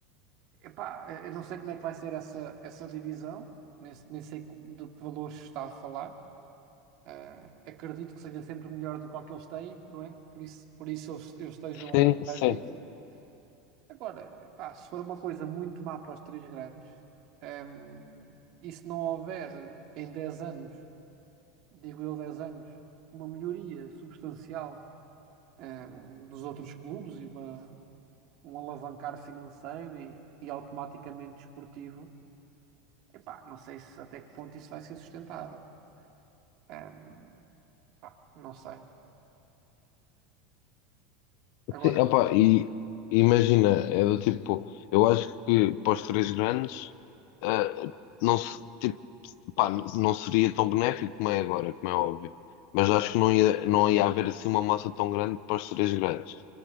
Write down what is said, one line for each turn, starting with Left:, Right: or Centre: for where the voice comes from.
Right: epá, eh, eu não sei como é que vai ser essa, essa divisão, nem, nem sei co- de que valores está a falar. Ah, acredito que seja sempre melhor do que o que eles têm, não é? Por isso, por isso eles, eles estejam
Left: Sim,
Right: atrás
Left: sim.
Right: disso. Agora, epá, se for uma coisa muito má para os três grandes, hum, e se não houver em 10 anos, digo eu 10 anos, uma melhoria substancial. ehm, dos outros clubes e uma, um alavancar financeiro e, e automaticamente desportivo. Epá, não sei se até que ponto isso vai ser sustentável. Ehm, pá, não sei. Agora,
Left: Sim, opa, e imagina, é do tipo, eu acho que para os três grandes, ah, não, se- tipo, pá, não seria tão benéfico como é agora, como é óbvio. Mas acho que não ia, não ia haver assim uma massa tão grande para os três grandes.